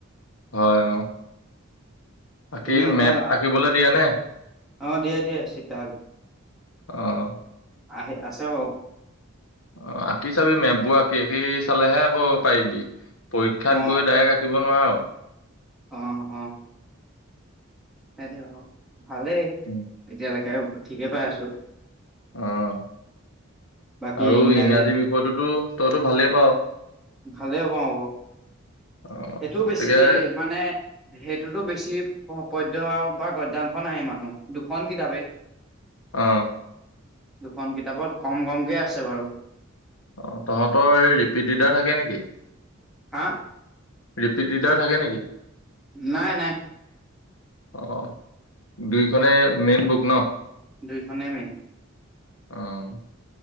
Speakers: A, on the left; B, in the centre.
A: হয় অ' বাকী
B: তুমিও
A: মেপ
B: এআ
A: আঁকিবলৈ দিয়ে নে
B: অ' দিয়ে দিয়ে চিত্ৰাৱলী
A: অঁ
B: আহে আছে বাউ
A: অঁ আঁকি চাবি মেপবোৰ আঁকি চালেহে আকৌ পাৰিবি, পৰীক্ষাত
B: অ
A: গৈ ডাইৰেক্ট আঁক দিব নোৱাৰ
B: অঁ অঁ সেইটোৱে বাউ ভালেই
A: উম'
B: এতিয়ালেকে ঠিকে পাই আছোঁ।
A: অঁ
B: বাকী
A: আৰু
B: ইংৰাজীত
A: ইংৰাজী বিষয়টোতো তইতো ভালেই পাৱ।
B: ভালে পাওঁ বাউ
A: অ
B: সেইটো
A: গতিকে
B: বেছি ৰি মানে সেইটোতো বেছি প পদ্য আৰু বা গদ্যাংশ নাই ইমানো দুখন কিতাপে
A: অঁ
B: দুখন কিতাপত কম কমকে আছে বাৰু।
A: অঁ তহঁতৰ এই ৰিপিদিডাৰ থাকে নিকি?
B: হা
A: ৰিপিট ৰিডাৰ থাকে নিকি?
B: নাই নাই।
A: অঁ দুইখনেই মেইন বুক ন
B: দুইখনেই মেইন
A: অঁ